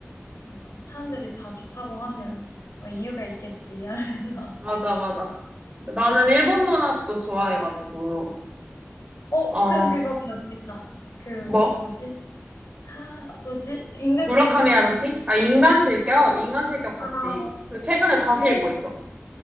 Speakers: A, on the left (about 90°); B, on the right (about 25°).
A: 뭔가 사람들이 다 좋다고 하면 뭐 '이유가 있겠지.' <laughs>
B: 맞아, 맞아.
A: 뭐
B: 나는 일본 문학도 좋아해가지고,
A: 어
B: 어,
A: 그럼 그거 봐야겠다. 그
B: 뭐?
A: 뭐지? 아 뭐지? 인간실격.
B: 무라카미 하루키? 아, 인간 실격? 인간 실격
A: 아
B: 봤지. 근데 최근에 다시
A: 인간실
B: 읽고 있어.